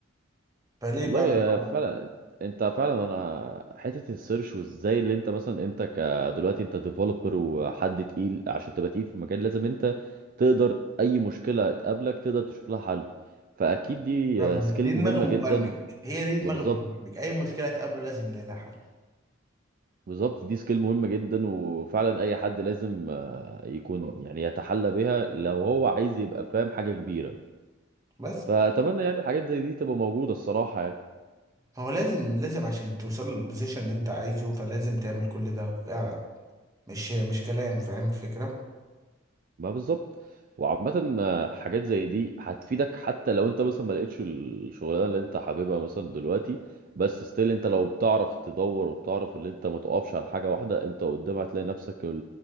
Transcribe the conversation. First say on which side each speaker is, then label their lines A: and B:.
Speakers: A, on the right; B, on the right.
A: فليه
B: والله
A: بقى من الاول
B: فعلا انت فعلا انا حته السيرش وازاي اللي انت مثلا انت ك دلوقتي انت ديفلوبر وحد تقيل عشان تبقى تقيل في المجال لازم انت تقدر اي مشكله تقابلك تقدر تشوف لها حل فاكيد دي
A: يلا،
B: سكيل
A: دي دماغ
B: مهمه
A: المبرمج
B: جدا
A: هي دي دماغ
B: وبالظبط
A: المبرمج اي مشكله تقابله لازم يلاقي لها حل
B: بالظبط دي سكيل مهمه جدا وفعلا اي حد لازم يكون يعني يتحلى بها لو هو عايز يبقى فاهم حاجه كبيره
A: بس
B: فاتمنى يعني الحاجات زي دي تبقى موجوده الصراحه يعني
A: هو لازم لازم عشان توصل للبوزيشن اللي انت عايزه فلازم تعمل كل ده فعلا مش مش كلام فاهم الفكره
B: ما بالظبط وعامة آه، حاجات زي دي هتفيدك حتى لو انت مثلا ما لقيتش الشغلانة اللي انت حاببها مثلا دلوقتي بس ستيل انت لو بتعرف تدور وبتعرف ان انت ما تقفش على حاجة واحدة انت قدام هتلاقي نفسك